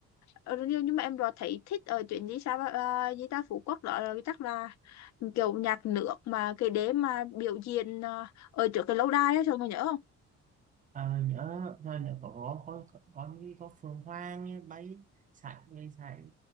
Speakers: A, on the left; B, on the right.
A: Ờ, nhưng, nhưng mà em rõ thấy thích ở chuyến đi sao ờ, gì ta Phú Quốc đó là chắc là kiểu nhạc nước mà cái đế mà biểu diễn ờ, ở trước cái lâu đài á sao mà nhớ không
B: à, nhớ rồi nhớ có có có có, có, như có phượng hoàng như bay sải người sải